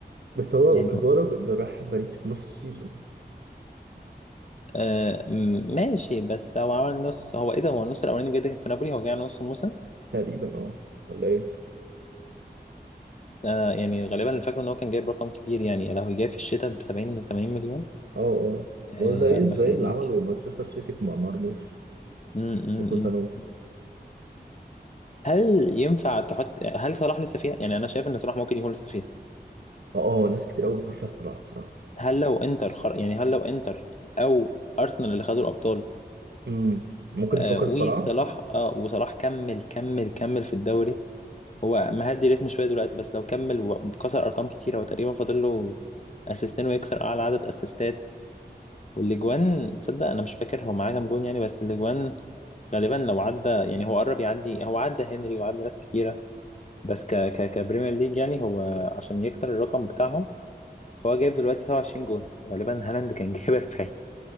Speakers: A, on the right (about 85°); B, on the left (about 45°).
A: بس هو
B: يعني
A: كفارا ده راح باريس في نص السيزون
B: آه م- ماشي بس هو عمل نص هو ايه ده هو النص الاولاني بجد كان في نابولي هو جاي على نص الموسم
A: تقريبا اه ولا ايه
B: آه يعني غالبا اللي فاكره ان هو كان جايب رقم كبير يعني لو جاي في الشتاء ب 70 ل 80 مليون
A: اه اه
B: آه
A: ما هو زي
B: يا قلبك
A: زي
B: يعني
A: اللي
B: ليك
A: عمله مانشستر سيتي مع مرموش
B: م- م-
A: وكوسانوف
B: م. هل ينفع تحط يعني، هل صلاح لسه فيها يعني انا شايف ان صلاح ممكن يكون لسه فيها
A: اه اه اه، ناس كتير قوي بترشح صلاح بصراحه
B: هل لو انتر خر... يعني هل لو انتر او ارسنال اللي خدوا الابطال
A: امم ممكن
B: آه
A: تفكر
B: وصلاح
A: في صلاح
B: آه وصلاح كمل كمل كمل في الدوري هو مهدي ريتم شويه دلوقتي بس لو كمل وكسر ارقام كتيره هو تقريبا فاضل له اسيستين ويكسر اعلى عدد اسيستات والاجوان صدق انا مش فاكر هو معاه كام جون يعني بس الاجوان غالبا لو عدى يعني هو قرب يعدي هو عدى هنري وعدى ناس كتيره بس ك ك كبريمير ليج يعني هو عشان يكسر الرقم بتاعهم فهو جايب دلوقتي 27 جون غالبا هالاند كان <laughs> جايب 40